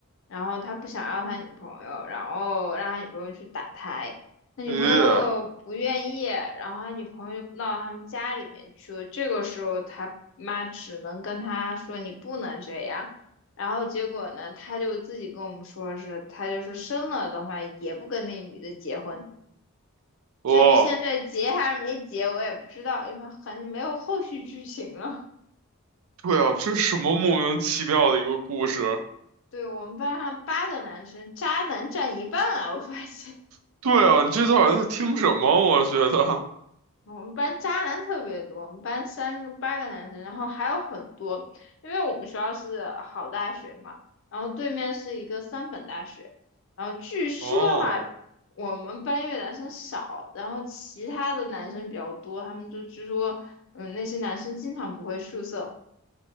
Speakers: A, on the left; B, on the right.
A: 然后他不想要他女朋友，然后让他女朋友去打胎，他女朋友不愿意，
B: 咦，
A: 然后他女朋友就闹到他们家里面去了。这个时候他妈只能跟他说你不能这样，然后结果呢，他就自己跟我们说是，他就是生了的话也不跟那女的结婚。
B: 哦，
A: 至于现在结还是没结，我也不知道，因为很没有后续剧情了。
B: 对啊，这是什么莫名其妙的一个故事？
A: 对我们班上八个男生，渣男占一半啊！我发现
B: <laughs> 对啊，你这到底在听什么？我觉得，
A: 我们班渣男特别多，我们班三个八个男生，然后还有很多，因为我们学校是好大学嘛，然后对面是一个三本大学，然后据说哈，
B: 哦，
A: 我们班因为男生少，然后其他的男生比较多，他们就据说，嗯，那些男生经常不回宿舍，